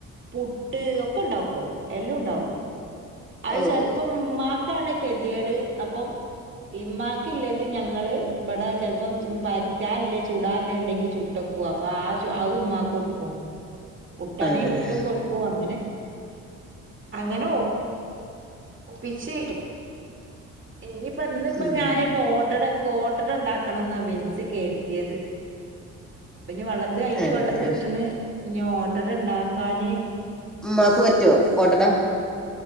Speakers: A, on the right (about 40°); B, in the centre.
A: പുട്ട് ഒക്കെ ണ്ടാക്കും എല്ലാം ഉണ്ടാക്കും അയ്
B: ഓഹ്
A: ചെലപ്പം മ്മാക്കാണ് കെതിയേട് അപ്പം ഇമ്മാക്കില്ല അത് ഞങ്ങള് വിടെ ചെലപ്പം പറ്റാല്ലേ ചൂടല്ലേ ഉണ്ടെങ്കിൽ ചുട്ടക്ക അപ്പ ആ ഉമ്മ കൊട്ക്കും പുട്ടാണെൽ
B: ഏഹ്
A: പുട്ടും കൊടുക്കും അങ്ങനെ അങ്ങനെ ഓ പ്പിച്ചി ഇനിപ്പ ഇന്ന് ഇപ്പ
B: ഉം
A: ഞൻ ഓട്ടട ഓട്ടട ണ്ടാക്കണം എന്നാ വിൻസ് കെരുതിയത് അപ്പൊ ഇനി വെള്ളത്തി ഐരി
B: ഏഹ്
A: വെള്ളത്തി ഇട്ടിണ് ഇനീ ഓട്ടട ഉണ്ടാക്കാന്
B: മ്മാക്ക് പറ്റോ ഓട്ടട